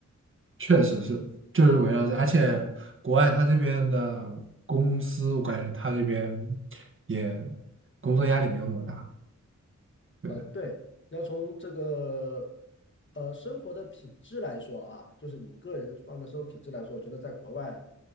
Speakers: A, on the right (about 40°); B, on the left (about 40°).
A: 确实是，就是围绕着，而且国外他这边的公司，我感觉他这边也工作压力没有那么大。对的。
B: 呃，对，要从这个呃生活的品质来说啊，就是你个人放的生活品质来说，我觉得在国外